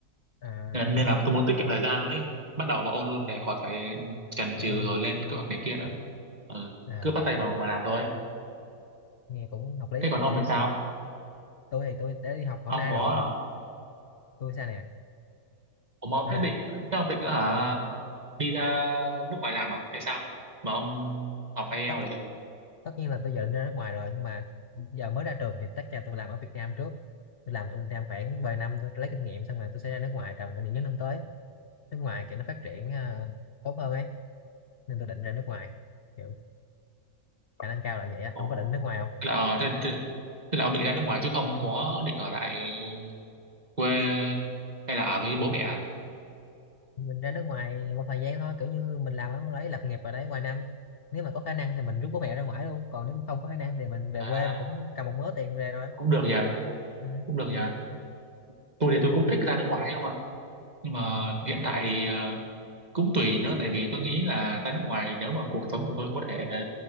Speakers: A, on the left; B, on the right.
A: à, à.
B: Nên nên là tôi muốn tiết kiệm thời gian luôn ấy bắt đầu vào ôn luôn để khỏi phải chần
A: Bộ
B: chừ
A: ôn luôn
B: rồi lên kế hoạch này kia nữa ừ.
A: à
B: cứ bắt tay vào mà làm thôi
A: nghe cũng hợp lý
B: thế
A: á
B: còn
A: mà
B: ông
A: tôi thì
B: thì sao
A: tôi thì tôi đã đi học hôm
B: ông
A: nay
B: có
A: rồi tôi sao nè
B: ông mà ông
A: à,
B: thế
A: lên-
B: định thế ông định nữa hả đi ra nước ngoài làm à hay sao mà ông học ai
A: tất
B: eo để
A: tất nhiên là tôi giờ định ra nước ngoài rồi nhưng mà giờ mới ra trường thì tất cả tôi làm ở Việt Nam trước tôi làm ở Việt Nam khoảng vài năm tôi lấy kinh nghiệm xong rồi tôi sẽ ra nước ngoài trong những năm tới nước ngoài kiểu nó phát triển à, tốt hơn ấy nên tôi định ra nước ngoài kiểu khả năng cao là vậy á
B: ừ.
A: không có định nước ngoài không
B: Thế là ờ, thế, thế, thế là ông định ra nước ngoài chứ không có định ở lại quê hay là ở với bố mẹ à?
A: mình ra nước ngoài một thời gian thôi kiểu như mình làm ở đấy lập nghiệp ở đấy vài năm nếu mà có khả năng thì mình rút bố mẹ ra ngoài luôn còn nếu mà không có khả năng thì mình về
B: À,
A: quê mình cũng cầm một mớ tiền về rồi
B: cũng được nhờ
A: ừ.
B: cũng được nhờ tôi thì
A: kiểu
B: tôi
A: tôi-
B: cũng thích ra nước ngoài không ạ nhưng mà
A: à,
B: hiện tại thì ờ, cũng tùy nữa tại vì tôi nghĩ là ra nước ngoài nếu mà cuộc sống của tôi có thể